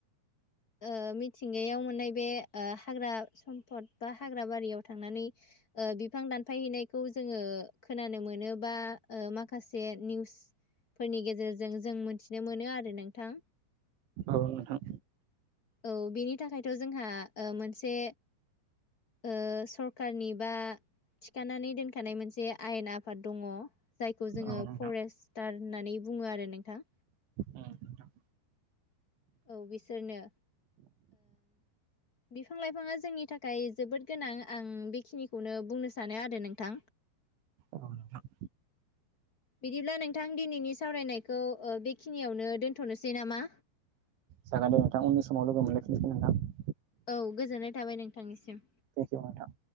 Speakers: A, on the left; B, on the right.
A: ओ मिथिंगायाव मोननाय बे ओ हाग्रा सम्फद बा हाग्रा बारियाव थांनानै ओ बि बिफां दानफायहैनायखौ जोङो खोनानो मोनोबा माखासे निउस फोरनि गेजेरजों जों मोनथिनो मोनो आरो नोंथां
B: औ नोंथां
A: औ बिनि थाखायथ' जोंहा ओ मोनसे ओ सरखारनि बा थिखानानै दोनखानाय मोनसे आयेन आफाद दङ। जायखौ जोङो
B: औ नोंथां
A: फरेस्टार होननानै बुङो आरो नोंथां।
B: औ नोंथां
A: औ बिसोरनो बिफां लाइफाङा जोंनि थाखाय जोबोद गोनां आं बेखिनिखौनो बुंनो सानो आरो नोंथां।
B: औ नोंथां
A: बिदिब्ला नोंथां दिनैनि सावरायनायखौ ओ बेखिनियावनो दोनथ'नोसै नामा
B: जागोन दे नोंथां उननि समाव लोगो मोनलायफिनसिगोन नोंथां
A: औ गोजोननाय थाबाय नोंथांनिसिम
B: थेंखिउ नोंथां